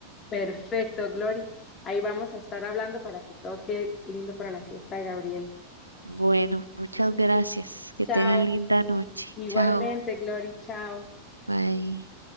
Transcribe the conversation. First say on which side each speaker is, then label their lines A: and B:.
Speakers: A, on the left; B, on the right.
A: Perfecto, Glory. Ahí vamos a estar hablando para que todo quede lindo para la fiesta de Gabriel.
B: Bueno, muchas gracias. Que
A: Chao.
B: tengan linda noche.
A: Igualmente,
B: Chao.
A: Glory. Chao.
B: Bye.